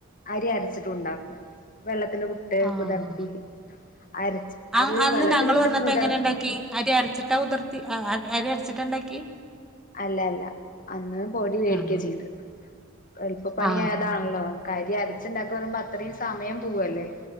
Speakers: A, on the left; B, in the centre.
A: അരി അരച്ചിട്ടും ഉണ്ടാക്കും വെള്ളത്തിന്റെ കു ട്ട്
B: ആഹ്
A: കുതർത്തി അരച്ച്
B: അ
A: അത്
B: അന്ന്
A: വെള്ളത്തിലിട്ട്
B: ഞങ്ങള് വന്നപ്പോ
A: കുതർ
B: എങ്ങനെ ഇണ്ടാക്കി അരി അരച്ചിട്ടാ കുതർത്തി അ അരി അരി അരച്ചിട്ടാണ്ടാക്കി
A: അല്ല അല്ല അന്ന് പൊടി വേടിക്കാ
B: ആ
A: ചെയ്ത് എൾപ്പപ്പണിയതാണല്ലോ
B: ആ
A: അരി അരച്ച് ഇണ്ടാക്ക പറയുമ്പോ അത്രയും സമയം പോവല്ലേ